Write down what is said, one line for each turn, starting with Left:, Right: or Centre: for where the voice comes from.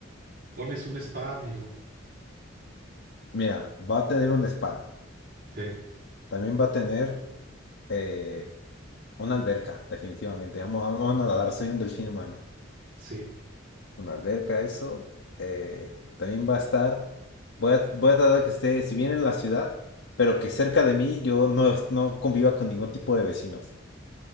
Right: pones un spa, amigo.
Left: Mira, va a tener un spa,
Right: Sí,
Left: también va a tener eh, una alberca, definitivamente. Amo, amo nadar, soy un delfín humano.
Right: sí,
Left: Una alberca, eso. eh, también va a estar. Voy a, voy a tratar que esté, si bien en la ciudad, pero que cerca de mí yo no, es- no conviva con ningún tipo de vecinos.